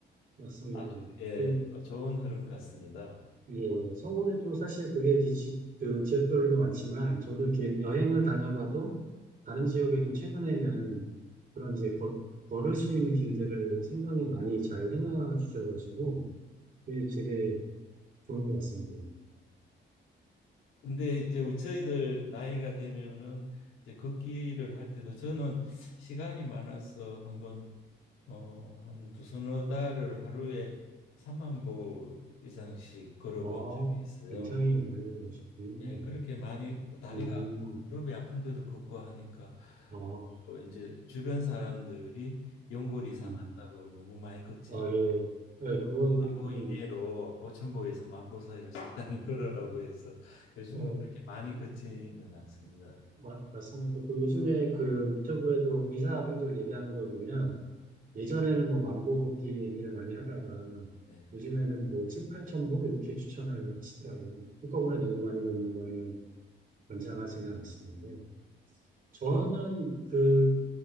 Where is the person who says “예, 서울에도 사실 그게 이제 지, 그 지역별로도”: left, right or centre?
Right